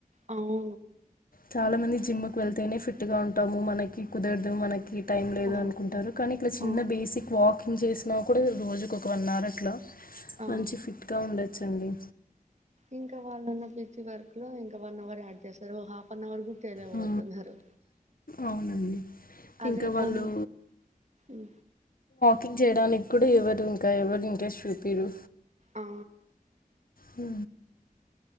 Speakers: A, on the right; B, on the left.
A: అవు
B: చాలా మంది జిమ్కి వెళ్తేనే ఫిట్ ట్గా ఉంటాము మనకి కుదరదు మనకి టైం లేదు
A: ఆ
B: అనుకుంటారు కానీ ఇట్లా చిన్న
A: ఆ
B: బేసిక్ వాక్ చేసినా కూడా రోజుకి ఒక వన్ అవర్ అట్లా
A: ఆ
B: మంచి ఫిట్ గా ఉండ చ్చండి
A: ఇంకా వాళ్ళున్న బీసి వర్క్ లో ఇంకా వన్ అవర్ యాడ్ చేస్తారు ఓ హాఫ్ అన్ అవర్ గూ తేనె
B: ఆ
A: ఓతున్నారు
B: అవునండి
A: అదే
B: ఇంకా
A: ఫోన్
B: వాళ్ళు
A: ఉ
B: కింగ్ చేయడానికి కూడా ఎవరు ఇంకా ఎవరు ఇంట్రస్ట్ చూపిరు
A: ఆ
B: ఊ